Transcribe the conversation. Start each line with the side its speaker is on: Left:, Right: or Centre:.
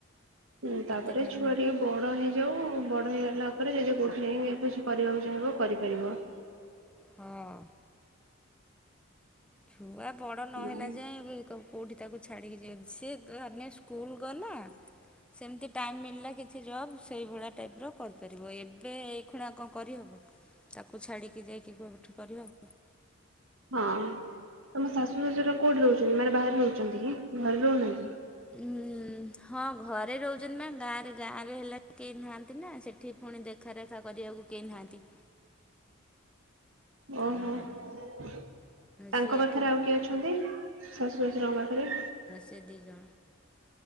Right: ହୁଁ ତାପରେ
Centre: ଏତେ ଟାଇମ୍
Right: ଛୁଆ ଟିକେ ବଡ଼ ହେଇଯାଉ ବଡ଼ ହେଇଗଲା ପରେ ଯେ ଯେ କେଉଁଠି କିଛି କରିବାକୁ ଚାହିଁବ କରିପାରିବ।
Centre: ହଁ। ଛୁଆ ବଡ଼ ନହେଲା
Right: ହଁ।
Centre: ଯାଏଁ ଏବେ କଉଠି ତାକୁ ଛାଡ଼ିକି ଯିଅନ୍ତି ସିଏ <unintelligible> ସ୍କୁଲ ଗଲା। ସେମତି ଟାଇମ୍ ମିଳିଲା କିଛି ଜବ୍ ସେଇଭଳିଆ ଟାଇପର୍ କରିପାରିବ। ଏବେ ଏଇ ଖୁନାକ କରିହବ। ତାକୁ ଛାଡ଼ିକି ଯାଇକି? <unintelligible>
Right: ହଁ ତମ ଶାଶୁ ଶ୍ୱଶୁର କୋଉଠି ରହୁଛନ୍ତି ମାନେ ବାହାରେ ରହୁଛନ୍ତି କି ଘରେ ରହୁନାହାନ୍ତି?
Centre: ଉଁ ହଁ ଘରେ ରହୁଛନ୍ତି ମାନେ ଗାଁରେ ଗାଁରେ ହେଲା କେହି ନାହାନ୍ତି ନା ସେଠି ପୁଣି ଦେଖାରେଖା କରିବାକୁ କେହି ନାହାଁନ୍ତି।
Right: ଓହୋ।
Centre: ଆଉ
Right: ତାଙ୍କ
Centre: ସିଏ ଏଠି
Right: ପାଖରେ ଆଉ କିଏ ଅଛନ୍ତି ଶାଶୁ ଶଶୁରଙ୍କ ପାଖରେ?
Centre: ସେ ଦିଇ ଜଣ।